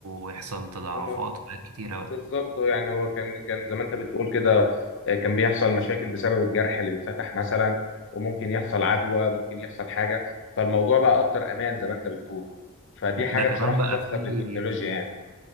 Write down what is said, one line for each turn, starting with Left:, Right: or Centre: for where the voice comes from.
Right: ويحصل تضاعفات
Left: اه
Right: وحاجات كتيرة بقى
Left: بالظبط يعني هو كان كان زي ما انت بتقول كده آه، كان بيحصل مشاكل بسبب الجرح اللي بيتفتح مثلا وممكن يحصل عدوى ممكن يحصل حاجه فالموضوع بقى اكتر امان زي ما انت بتقول فدي
Right: ده
Left: حاجه
Right: كمان
Left: بصراحه
Right: بقى
Left: تحسب
Right: في
Left: للتكنولوجيا يعني